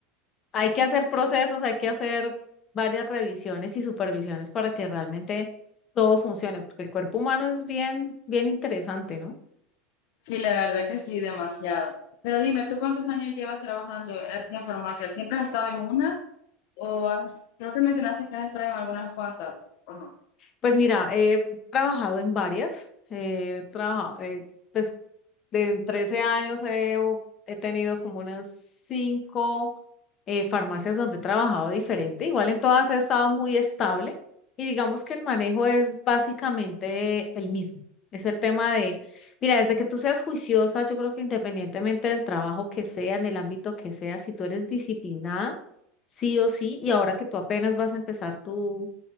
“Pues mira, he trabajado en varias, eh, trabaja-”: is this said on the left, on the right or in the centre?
Left